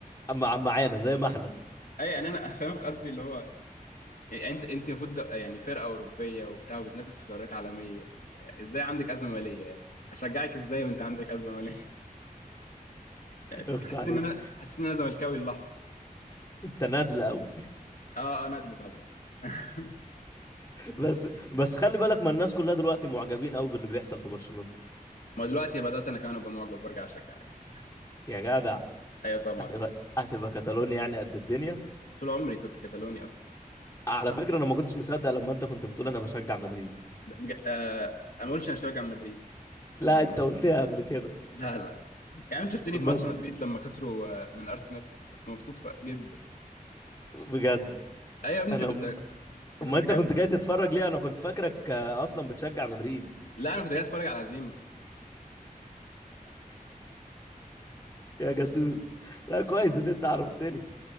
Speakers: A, on the left; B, on the left.
A: مع معانا زي ما احنا
B: <laughs> اي يعني انا فاهمك قصدي اللي هو يعني انت انت المفروض د- يعني فرقه اوروبيه وبتاع وبتنافس في دوريات عالميه ازاي عندك ازمه ماليه يعني اشجعك ازاي وانت عندك ازمه ماليه <laughs> يعني فاهم؟
A: اخس
B: حسيت
A: عليك
B: ان انا حسيت ان انا زملكاوي اللحظه
A: انت نادل قوي
B: اه اه ندل طبعا <laughs>
A: بس بس خلي بالك ما الناس كلها دلوقتي معجبين قوي باللي بيحصل في برشلونة
B: ما دلوقتي بدأت أنا كمان أبقى معجب وأرجع أشجع عادي.
A: يا جدع
B: أيوه طبعا
A: هتبقى هتبقى كاتالونيا يعني قد الدنيا
B: طول عمري كنت كتالوني أصلا
A: على فكرة انا ما كنتش مصدق لما انت كنت بتقول انا بشجع مدريد
B: بج... آه... أنا ما قلتش أنا شجع مدريد
A: لا انت قلتها قبل كده
B: لا لا يعني أنت شفتني في ماتش
A: بس
B: مدريد لما خسروا آه، من أرسنال كنت مبسوط ف... جدا
A: بجد
B: أيوه يا ابني
A: انا
B: أنت كنت
A: م-
B: أنت
A: ما
B: كنت
A: انت
B: جنبي
A: كنت جاي تتفرج ليه انا كنت فاكرك آه، اصلا بتشجع مدريد
B: لا أنا كنت جاي أتفرج على هزيمة
A: يا جاسوس لا كويس ان انت عرفتني